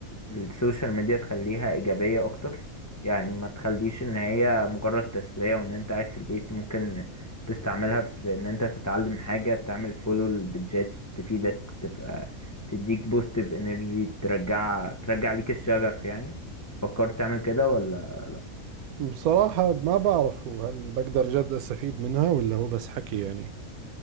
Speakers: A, on the left; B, on the right.
A: السوشيال ميديا تخليها ايجابية اكتر يعني ما تخليش ان هي مجرد تسلية وان انت قاعد في البيت ممكن تستعملها في ان انت تتعلم حاجة تعمل فولو لبيدجات تفيدك تبقى تديك بوستيف انرجي ترجع ترجع ليك الشغف يعني فكرت تعمل كده ولا
B: بصراحة ما بعرف هو هل بقدر جد أستفيد منها ولا هو بس حكي يعني